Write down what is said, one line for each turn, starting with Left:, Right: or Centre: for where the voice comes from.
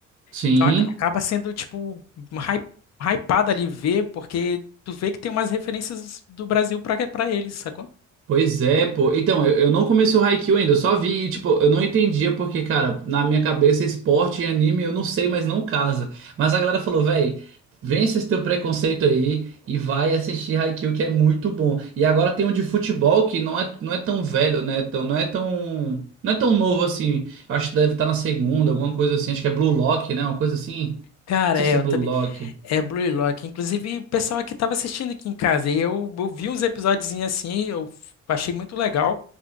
Right: sim.
Left: Então ac- acaba sendo, tipo, hy- hypado ali ver, porque tu vê que tem umas referências do Brasil pra, pra eles, sacou?
Right: Pois é, pô. Então, eu, eu não comecei o Haikyuu ainda, eu só vi e, tipo, eu não entendia porque, cara, na minha cabeça, esporte e anime, eu não sei, mas não casa. Mas a galera falou, véi, vence esse teu preconceito aí e vai assistir Haikyuu, que é muito bom. E agora tem um de futebol que não é, não é tão velho, né? Tão, não é tão, não é tão novo assim. Eu acho que deve estar na segunda, alguma coisa assim. Acho que é Blue Lock, né? Uma coisa assim.
Left: Cara,
Right: Não sei
Left: é,
Right: se
Left: eu
Right: é Blue
Left: também.
Right: Lock.
Left: É Blue Lock. Inclusive, o pessoal aqui estava assistindo aqui em casa e eu, eu vi uns episódios assim, eu f- achei muito legal.